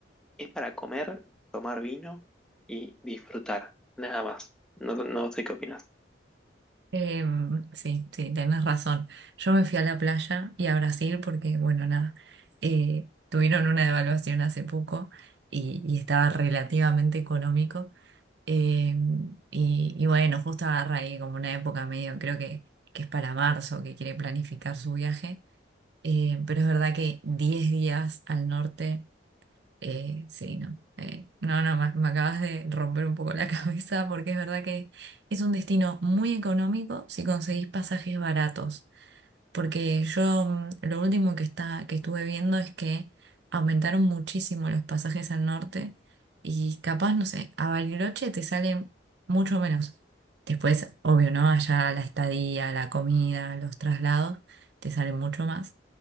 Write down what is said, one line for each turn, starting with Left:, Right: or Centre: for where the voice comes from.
Centre: es para comer, tomar vino y disfrutar, nada más. No, no sé qué opinas.
Right: Em, sí, sí, tenés razón. Yo me fui a la playa y a Brasil porque, bueno, nada, eh, tuvieron una devaluación hace poco y, y estaba relativamente económico. Em, y, y bueno, justo agarra ahí como una época medio, creo que, que es para marzo, que quiere planificar su viaje. Eh, pero es verdad que 10 días al norte. Eh, sí, no. Eh, no, no, me, me acabas de romper un poco la <laughs> cabeza porque es verdad que es un destino muy económico si conseguís pasajes baratos. Porque yo mm, lo último que está, que estuve viendo es que aumentaron muchísimo los pasajes al norte y capaz, no sé, a Bariloche te sale mucho menos. Después, obvio, ¿no? Allá la estadía, la comida, los traslados te salen mucho más.